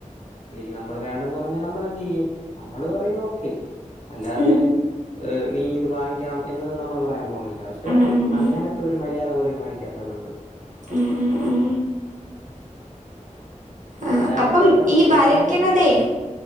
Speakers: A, on the left; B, on the right.
A: അല്ലെങ്കിൽ നമ്മൾ വേണ്ടന്ന് പറഞ്ഞാൽ നമ്മൾ എന്ത് ചെയ്യും. നമ്മള് പറയും ഓക്കെ. അല്ലാതെ
B: ഉം.
A: നീ ഇത് വാങ്ങിക്കണം എന്നൊന്നും നമ്മൾ പറയാൻ പോണില്ല. പക്ഷെ
B: ഉം, ഉം, ഉം.
A: അങ്ങനെ ത്ത ഒരു മര്യാദ പോലും കാണിക്കാത്തവരുണ്ട്.
B: ഉം ഉം ഉം
A: എല്ലാരും
B: ആഹ് അപ്പം
A: കഷ്ടപ്പെ
B: ഈ വരയ്ക്കണതേ
A: എല്ലാരും